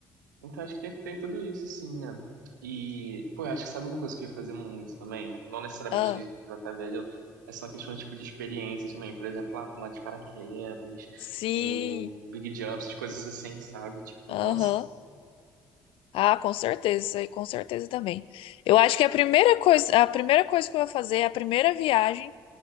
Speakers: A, on the right; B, on the left.
A: Então acho que tem, tem tudo isso, assim, né? E, pô, eu acho que sabe uma coisa que eu ia fazer muito também? Não necessariamente
B: Ah,
A: usar tá velho, é só questão tipo, de experiência também. Por exemplo, lá pular de paraquedas,
B: sim.
A: é, big jump, essas coisas assim, sabe? Tipo,
B: Aham.
A: nossa,
B: Ah, com certeza, isso aí com certeza também. Eu acho que a primeira coisa, a primeira coisa que eu vou fazer, a primeira viagem